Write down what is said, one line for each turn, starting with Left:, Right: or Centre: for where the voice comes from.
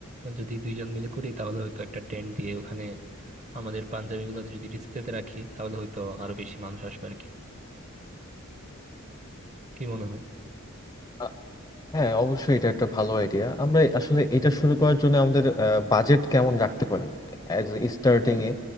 Right: যদি দুইজন মিলে করি তাহলে হয়তো একটা ট্রেন্ড দিয়ে ওখানে আমাদের পাঞ্জাবিগুলোতে যদি ডিসপ্লেতে রাখি তাহলে হয়তো আরো বেশি মানুষ আসবে আর কি কি মনে হয়
Left: আ- হ্যাঁ অবশ্যই এটা একটা ভালো আইডিয়া আমরা আসলে এটা শুরু করার জন্য আমাদের বাজেট কেমন রাখতে পারি অ্যাজ স্টার্টিং এ